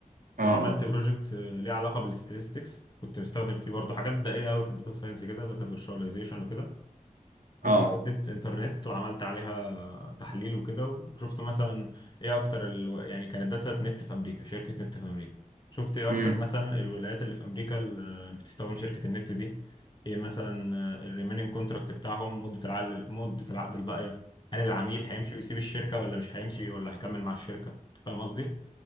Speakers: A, on the right; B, on the left.
A: اه
B: وعملت
A: اه
B: بروجكت آه، ليه علاقه بالستاتستكس كنت مستخدم فيه برضه حاجات دقيقه قوي في الداتا ساينس كده داتا فيرشواليزيشن وكده جبت
A: اه
B: داتا انترنت وعملت عليها تحليل وكده وشفت مثلا ايه اكتر ال... يعني كانت داتا نت في امريكا شركة نت في امريكا شفت ايه اكتر
A: امم
B: مثلا الولايات اللي في امريكا اللي بتستخدم شركة النت دي ايه مثلا الريميننج كونتراكت بتاعهم مدة العقد مدة العقد الباقية هل العميل هيمشي ويسيب الشركة ولا مش هيمشي ولا هيكمل مع الشركة انت فاهم قصدي